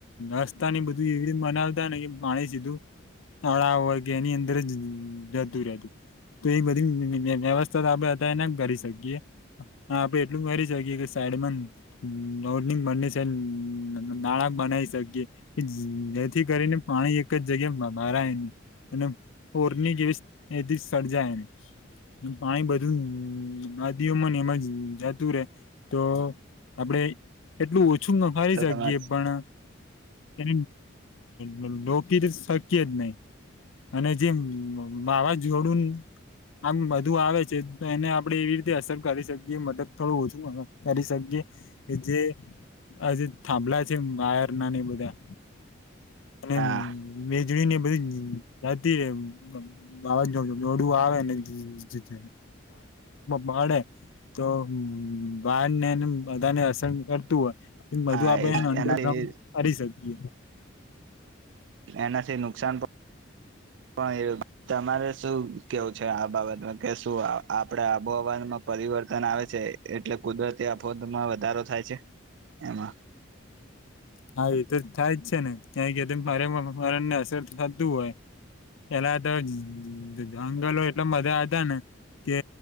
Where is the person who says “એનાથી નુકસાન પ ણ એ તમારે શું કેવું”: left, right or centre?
Right